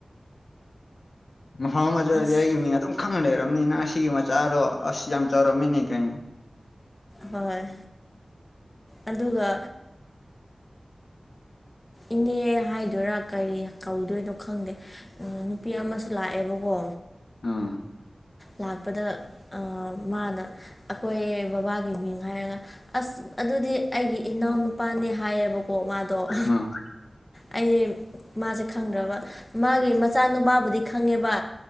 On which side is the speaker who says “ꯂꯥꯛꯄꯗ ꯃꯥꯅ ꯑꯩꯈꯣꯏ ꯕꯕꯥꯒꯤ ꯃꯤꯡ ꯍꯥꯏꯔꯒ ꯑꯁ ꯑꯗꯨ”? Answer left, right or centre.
Left